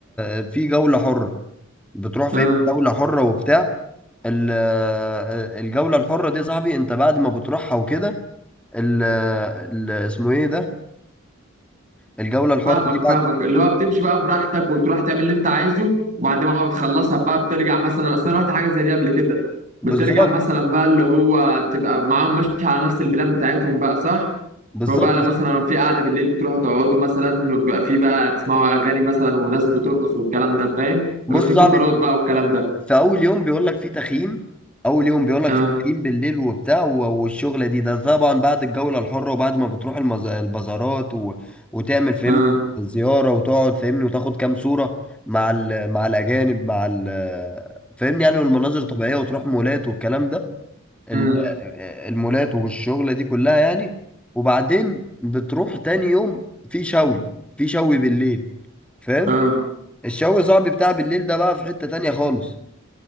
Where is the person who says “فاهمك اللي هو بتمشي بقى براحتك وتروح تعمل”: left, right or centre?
Right